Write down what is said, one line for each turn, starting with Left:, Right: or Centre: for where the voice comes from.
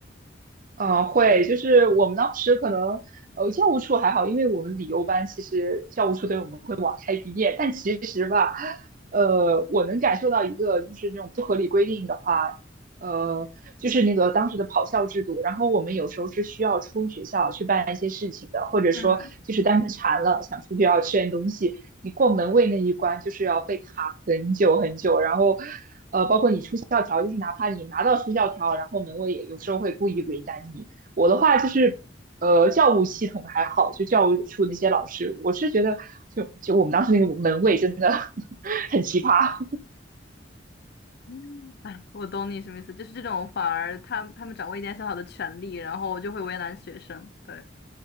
Right: 呃，会，就是我们当时可能，呃，教务处还好，因为我们理由班其实教务处对我们会网开一面，但其实吧，呃，我能感受到一个就是那种不合理规定的话，呃，就是那个当时的跑校制度，然后我们有时候是需要出学校去办一些事情的，或者说就是单纯馋了想出去要吃点东西，
Left: 嗯，
Right: 你过门卫那一关就是要被卡很久很久，然后呃，包括你出校条，就是哪怕你拿到出校条，然后门卫也有时候会故意为难你。我的话就是。呃，教务系统还好，就教务处那些老师，我是觉得就就我们当时那个门卫真的 <laughs> 很奇葩。
Left: <laughs> 我懂你什么意思，就是这种反而他他们掌握一点小小的权利，然后就会为难学生。对，